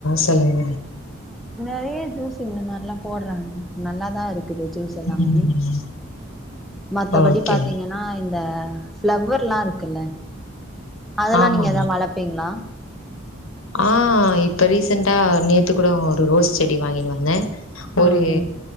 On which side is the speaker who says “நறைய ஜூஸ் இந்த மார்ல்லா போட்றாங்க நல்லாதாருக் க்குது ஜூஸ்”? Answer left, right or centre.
Centre